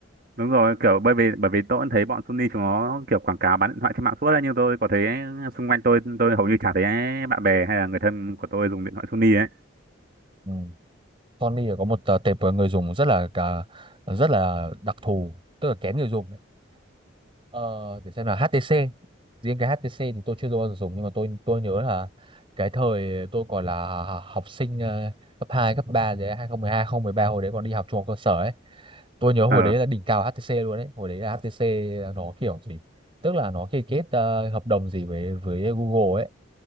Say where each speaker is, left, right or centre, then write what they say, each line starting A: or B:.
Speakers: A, on the right; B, on the right.
A: đúng rồi kiểu bởi vì bởi vì tôi cũng thấy bọn Sony chúng nó kiểu quảng cáo bán điện thoại trên mạng suốt đấy nhưng tôi có thấy xung quanh tôi tôi hầu như chả thấy bạn bè hay là người thân của tôi dùng điện thoại Sony ấy
B: ừ. Sony có một ờ, tệp người dùng rất là cả- rất là đặc thù tức là kén người dùng đấy Ờ, để xem là HTC riêng cái HTC thì tôi chưa bao giờ dùng nhưng mà tôi tôi nhớ là cái thời tôi còn là học sinh ờ, cấp 2 cấp 3 đấy 2012, 2013 hồi đấy còn đi học trung học cơ sở ấy tôi nhớ hồi
A: ờ
B: đấy là đỉnh cao HTC luôn đấy hồi đấy là HTC nó kiểu gì tức là nó ký kết ờ, hợp đồng gì với với Google ấy